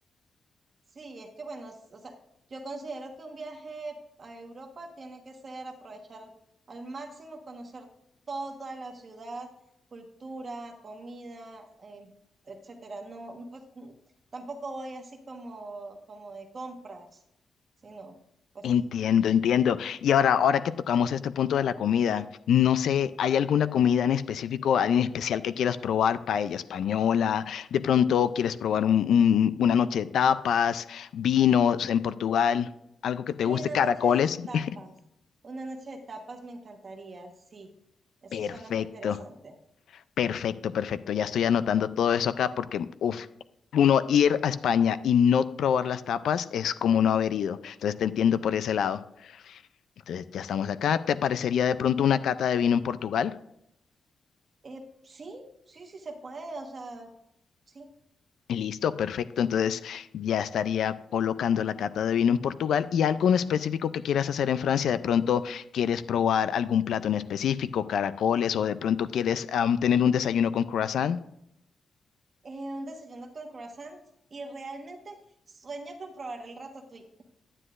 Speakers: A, on the right; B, on the left.
A: Sí, es que bueno, es- o sea, yo considero que un viaje a Europa tiene que ser aprovechar al máximo, conocer toda la ciudad, cultura, comida, eh, etcétera. No, n- pues n- tampoco voy así como, como de compras, sino pues
B: Entiendo, entiendo. Y ahora, ahora que tocamos este punto de la comida, no sé, ¿hay alguna comida en específico, en especial que quieras probar? Paella española, de pronto quieres probar un- un- una noche de tapas, vinos en Portugal, algo que te
A: hay
B: guste,
A: una
B: caracoles.
A: noche de
B: <laughs>
A: tapas. Una noche de tapas me encantaría, sí. Eso
B: Perfecto,
A: suena muy interesante.
B: perfecto, perfecto. Ya estoy anotando todo eso acá porque, uf, uno ir a España y no probar las tapas es como no haber ido. Entonces te entiendo por ese lado. Entonces ya estamos acá. ¿Te parecería de pronto una cata de vino en Portugal?
A: Eh, sí, sí, sí se puede, o sea, sí.
B: Listo, perfecto. Entonces ya estaría colocando la cata de vino en Portugal y algo en específico que quieras hacer en Francia. De pronto quieres probar algún plato en específico, caracoles o de pronto quieres am, tener un desayuno con croissant.
A: eh, un desayuno con croissant y realmente sueño con probar el ratatouille.